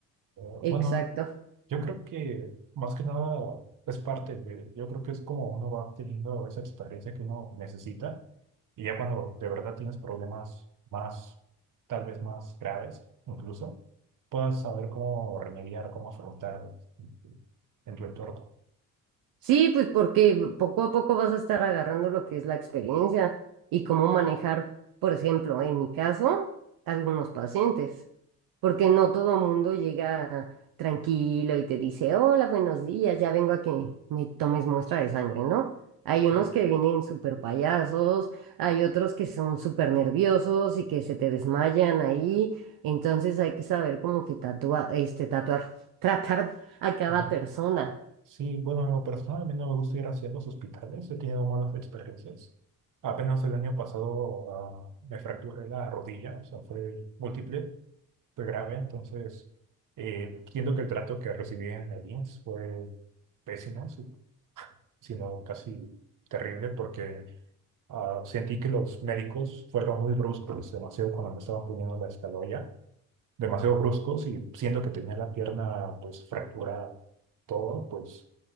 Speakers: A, on the right; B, on the right.
A: Eh,
B: Exacto.
A: Bueno, yo creo que más que nada es parte de, yo creo que es como uno va obteniendo esa experiencia que uno necesita y ya cuando de verdad tienes problemas más, tal vez más graves incluso, puedas saber cómo remediar, cómo afrontarlos en tu en tu entorno.
B: Sí, pues porque poco a poco vas a estar agarrando lo que es la experiencia y cómo manejar, por ejemplo, en mi caso, algunos pacientes, porque no todo mundo llega tranquilo y te dice, hola, buenos días, ya vengo a que me tomes muestra de sangre, ¿no? Hay unos
A: Sí.
B: que vienen súper payasos, hay otros que son súper nerviosos y que se te desmayan ahí, entonces hay que saber como que tatua, este, tatuar, <laughs> tratar a cada
A: Ajá.
B: persona.
A: Sí, bueno, en lo personal a mí no me gusta ir hacia los hospitales, he tenido malas experiencias. Apenas el año pasado ah, me fracturé la rodilla, o sea, fue múltiple. fue grave, entonces eh, entiendo que el trato que recibí en la INS fue pésimo, si- sino casi terrible, porque ah, sentí que los médicos fueron muy bruscos, demasiado cuando me estaban poniendo la escaloya, demasiado bruscos y siendo que tenía la pierna pues fracturada, todo, pues